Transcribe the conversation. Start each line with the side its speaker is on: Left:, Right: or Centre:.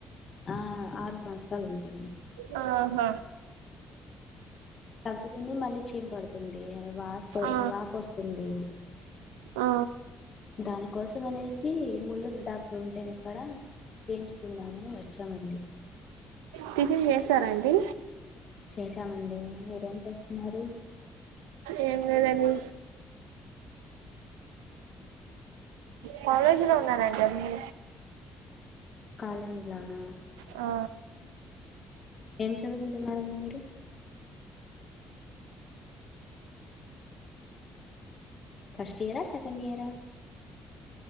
Left: ఆ ఆర్ సంస్థలుంటాయ్ అ
Right: ఆహ
Left: తగ్గుతుంది మళ్ళి చీమ్ పడుతుందీ వాస్ప
Right: ఆ
Left: వాపొస్తుందీ
Right: ఆ
Left: దానికోసంనేసి ముల్లూరి డాక్టర్ <unintelligible> చేయించు కుందామని వచ్చామండి
Right: టిఫిన్ జేసారాండి
Left: చేద్దామండి మీరేం చేస్తున్నారు
Right: ఏం లేదండి కాలేజిలో ఉన్నారంటండి
Left: కాలెజిలానా
Right: ఆ
Left: ఏం చదుగుంటున్నారండి మీరు first year second year